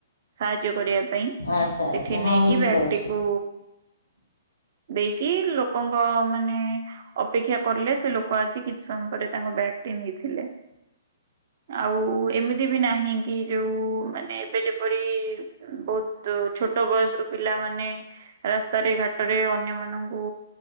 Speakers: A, on the right (about 55°); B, on the left (about 80°).
A: ସାହାଯ୍ୟ କରିବା ପାଇଁ
B: ଆଚ୍ଛା
A: ସେଠି
B: ଆଚ୍ଛା ହଁ
A: ନେଇକି
B: ବୁଝିପାରୁଛି।
A: ଙ୍କୁ ଦେଇକି ଲୋକଙ୍କ ମାନେ ଅପେକ୍ଷା କଲେ। ସେ ଲୋକ ଆସି କିଛି ସମୟ ପରେ ତାଙ୍କ ବ୍ୟାଗ୍ ନେଇଥିଲେ ଆଉ ଏମିତି ବି ନାହିଁ କି ଯୋଉ ମାନେ ଏବେ ଯେପରି ବହୁତ ଛୋଟ ବୟସରୁ ପିଲାମାନେ ରାସ୍ତାରେ ଘାଟରେ ଅନ୍ୟମାନଙ୍କୁ